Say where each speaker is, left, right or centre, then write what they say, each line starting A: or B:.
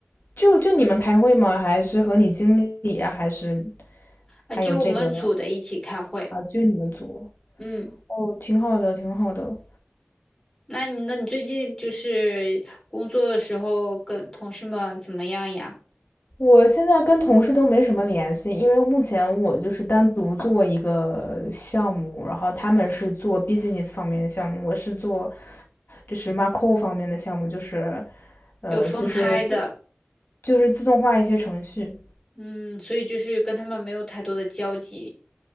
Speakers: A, on the left; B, on the left.
A: 就就你们开会吗？还是和你经理啊？还是还有这个
B: 啊，就我们组的一起开会。
A: 啊？就你们组？
B: 嗯，
A: 哦，挺好的，挺好的。
B: 那你那你最近就是工作的时候跟同事们怎么样呀？
A: 我现在跟同事都没什么联系，因为目前我就是单独做一个项目，然后他们是做 business 方面的项目，我是做就是 macro 方面的项目，就是呃就是自
B: 有分开的，
A: 就是自动化一些程序。
B: 嗯，所以就是跟他们没有太多的交集。